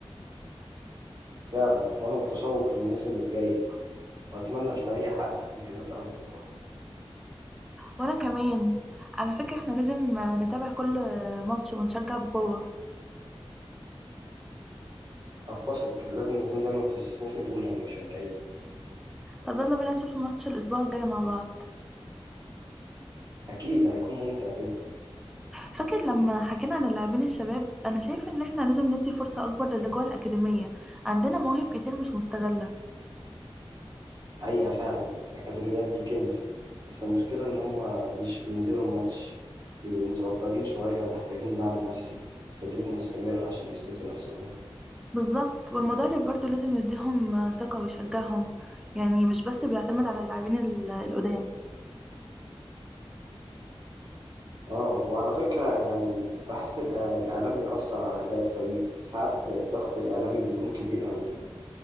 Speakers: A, on the right; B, in the centre.
A: فعلا وأنا متشوق للموسم الجاي وأتمنى الفريق يحقق إنجازات أكبر
B: وانا كمان على فكره احنا لازم آه، نتابع كل آه، ماتش ونشجع بقوه
A: أتفق لازم نكون دايما في الصفوف الأولى من المشجعين
B: طب يلا بينا نشوف ماتش الأسبوع الجاي مع بعض
A: أكيد هيكون ممتع جدا
B: فاكر لما حكينا عن اللاعبين الشباب أنا شايفة إن إحنا لازم ندي فرصة أكبر للي جوه الأكاديمية عندنا مواهب كتير مش مستغلة
A: حقيقة فعلا الأكاديميات دي كنز بس المشكلة إن هما مش بينزلوا الماتش بيبقوا متوترين شوية محتاجين دعم نفسي تدريب مستمر عشان يثبتوا نفسهم
B: بالظبط والمدرب برضو لازم يديهم آه، ثقة ويشجعهم يعني مش بس بيعتمد على اللاعبين ال- القدام
A: اه وعلى فكرة يعني بحس الإع- الإعلام بيأثر على أداء الفريق ساعات ضغط الإعلامي بيكون كبير قوي